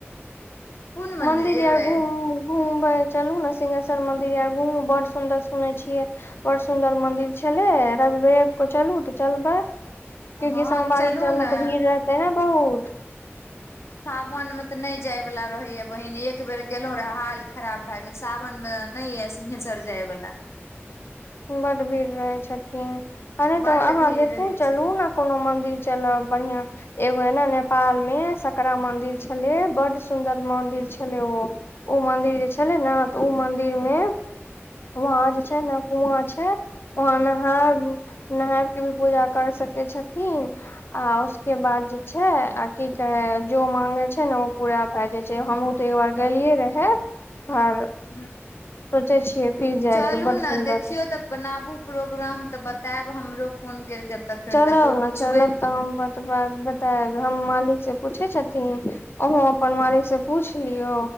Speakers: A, on the left; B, on the left.
A: कोन मंदिर
B: मन्दिर
A: जेबै
B: आर घुम घुमबै चलू ने सिंहेश्व र मंदिर आओर घूमु बड़ सुदर सुने छियै बड़ सुंदर मंदिर छलै आ रवि भैया को चलू हुं तऽ चलबै क्यूंकि
A: हँ
B: सोमवारी
A: चलू
B: टाइममे
A: ने
B: तऽ भीड़ रहतै ने बहुत
A: वनमे ते नहि जाय वाला रहैया बहिन एक बेर गेलौं रहै हाल खराब भय गेल सावनमे नै एल सिंघेश्वर जाइ बला
B: बड भीड़ रहै छथिन आ नहि
A: बड्ड
B: तऽ अहाँ
A: भीड़
B: देखू
A: रहै
B: चलू
A: छै
B: न कोनो मंदिर चलब बढ़िआं एगो ए ने नेपाल मे सकरा मंदिर छलै बड सुन्दर मंदिर छलै ओ ओ मन्दिर जे छलै ने तऽ ओ मन्दिर मे वहाँ जे छै ने वहाँ छै वहाँ नहायब नहायब के भी पूजा कर सकैत छथिन आ उसके बाद जे छै आ की कहे जो मांगे छै ने ओ पूरा भए जाय छै हमहुं ते एकबार गैलियै रहै एह भार
A: ह
B: सोचै छियै
A: चलू
B: बड
A: न
B: सुन्दर
A: देखियौ
B: रहे
A: तऽ बनाबू प्रोग्राम तऽ बतायब हमरो फोन करिके तऽ फेर
B: चलब
A: देखबै
B: न
A: पुछबै
B: चलब तऽ हम बतबैब बतायब हम मालिक से पूछै छथि ओहो अपन मालिक से पूछ लियौ